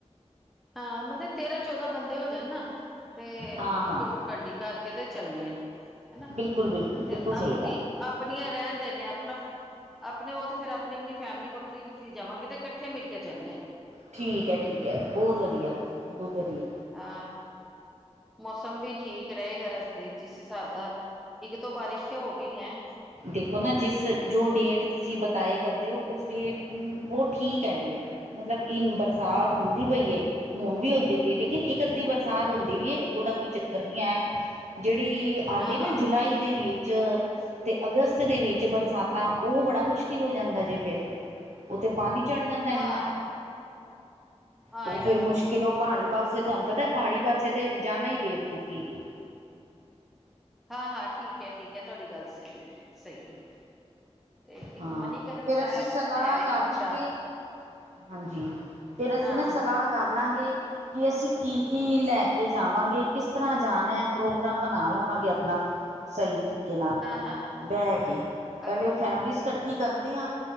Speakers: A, in the centre; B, on the right (about 90°).
A: ਹਾਂ, ਮਤਲਬ ਤੇਰਾਂ ਚੌਦਾਂ ਬੰਦੇ ਹੋ ਜਾਣ ਨਾ ਤੇ
B: ਹਾਂ
A: ਇੱਕ
B: ਹਾਂ
A: ਵ ਗੱਡੀ ਕਰਕੇ ਤੇ ਚੱਲਨੇ ਆਂ। ਹੈਨਾ
B: ਬਿਲਕੁਲ ਬਿਲਕੁਲ
A: ਤੇ
B: ਬਿਲਕੁਲ ਸਹੀ
A: ਆਪਣੀ
B: ਗੱਲ ਹੈ
A: ਆਪਨੀਆਂ ਰੈਨ ਦੇਨੇ ਆ ਆਪਣਾ, ਆਪਣੇ ਓ ਤੇ ਫੇਰ ਆਪਣੀ-ਆਪਣੀ ਫੈਮਲੀ ਵੱਖਰੀ-ਵੱਖਰੀ ਜਾਵਾਂਗੇ ਤੇ ਕੱਠੇ ਮਿਲ ਕੇ ਚੱਲਨੇ ਐਂ।
B: ਠੀਕ ਐ-ਠੀਕ ਐ ਬੋਤ ਵਧੀਆ, ਬੋਤ ਵਧੀਆ।
A: ਆ, ਮੌਸਮ ਵੀ ਠੀਕ ਰਏਗਾ ਰਸਤੇ 'ਚ, ਜਿਸ ਹਿਸਾਬ ਦਾ ਇੱਕ-ਦੋ ਬਾਰਿਸ਼ ਤੇ ਹੋ ਗਈਐਂ।
B: ਦੇਖੋ ਨਾ ਜਿਸ, ਜੋ ਡੇਟ ਤੁਸੀ ਬਤਾਏ ਕਰਦੇ ਓ ਉਸ ਡੇਟ ਉਂ ਵੋ ਠੀਕ ਐ ਡੇਟ। ਮਤਲਬ ਇਨ ਬਰਸਾਤ ਹੁੰਦੀ ਪਈ ਏ ਹੁਣ ਵੀ ਹੁੰਦੀ ਪਈ ਏ ਲੇਕਿਨ ਇੱਕ-ਅੱਧੀ ਬਰਸਾਤ ਹੁੰਦੀ ਵੀ ਏ ਓਦਾ ਕੋਈ ਚੱਕਰ ਨੀ ਐ। ਜੜੀ ਆਂਦੀ
A: ਹਾਂ
B: ਏ ਨਾ
A: ਹਾਂ
B: ਜੁਲਾਈ ਦੇ ਵਿੱਚ ਤੇ ਅਗਸਤ ਦੇ ਵਿੱਚ ਬਰਸਾਤਾਂ ਓ ਬੜਾ ਮੁਸ਼ਕਿਲ ਹੋ ਜਾਂਦਾ ਜੇ ਫੇਰ। ਓ ਤੇ ਪਾਨੀ ਚੜ੍ਹ ਜਾਂਦਾ ਇੰਨਾ।
A: ਹਾਂ ਹਾਂ
B: ਓ
A: ਇਹ
B: ਫੇਰ
A: ਗੱਲ
B: ਮੁਸ਼ਕਿਲ
A: ਠੀਕ ਹੈ ਠੀਕ
B: ਓ ਪਾੜ੍ਹੀ
A: ਹੈ
B: ਪਾਸੇ ਤੁਆਨੂੰ ਪਤੈ ਪਾੜ੍ਹੀ ਪਾਸੇ ਤੇ ਜਾਨਾ ਈ ਬੇਵਕੂਫੀ ਹੈਗੀ।
A: ਹਾਂ-ਹਾਂ, ਠੀਕ ਐ-ਠੀਕ ਐ ਤੁਆਡੀ ਗੱਲ ਸਈ, ਸਈ ਏ। ਤੇ ਇੱਕ
B: ਹਾਂ
A: ਮਨੀਕਰਨ
B: ਫੇਰ
A: ਸੈਬ
B: ਅਸੀਂ ਸਲਾਹ
A: ਹੈ ਇੱਛਾ।
B: ਕਰ ਲਾਂਗੇ ਹਾਂਜੀ, ਫੇਰ ਅਸੀ
A: ਹਾਂ
B: ਨਾ ਸਲ੍ਹਾ ਕਰ ਲਾਂਗੇ ਕਿ ਅਸੀ ਕੀ-ਕੀ ਲੈ ਕੇ ਜਾਵਾਂਗੇ, ਕਿਸ ਤਰ੍ਹਾਂ ਜਾਨੈ, ਪ੍ਰੋਗਰਾਮ ਬਣਾ ਲਵਾਂਗੇ ਆਪਨਾ ਸਈ ਤਰੀਕੇ ਨਾਲ,
A: ਹਾਂ ਹਾਂ
B: ਬੈ ਕੇ। ਪੈਲੇ
A: ਅ
B: ਓ ਫੈਮਲੀਜ਼ ਕੱਠੀ ਕਰਦੇ ਆਂ